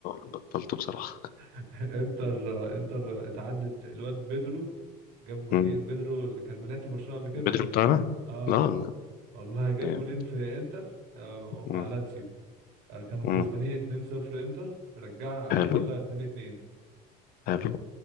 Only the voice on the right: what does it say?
انتر انتر اتعادلت الواد بيدرو جاب جونين
بيدرو اللي كان ملاعب في برشلونة قبل كده
اه
والله جاب
جونين في انتر آه مع
لاتسيو آه كانوا
كسبانين 2-0 انتر رجع
آه، خلى 2-2